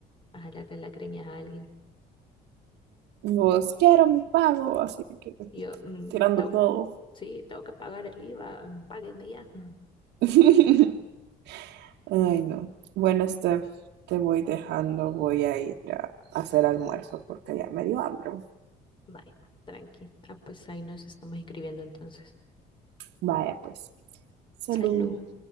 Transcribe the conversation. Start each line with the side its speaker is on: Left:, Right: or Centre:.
Left: a jalarle las creñas a alguien.
Right: Vos quiero mi pago, así que
Left: Y Yo, mm,
Right: tirando
Left: tengo-
Right: todo.
Left: sí, tengo que pagar el IVA, páguenme ya. <laughs>
Right: <laughs> Ay, no. Bueno, Steph, te voy dejando. Voy a ir a hacer almuerzo porque ya me dio hambre.
Left: Vaya, tranqui. Ah, pues ahí nos estamos escribiendo entonces.
Right: Vaya, pues. Salud.
Left: Salud.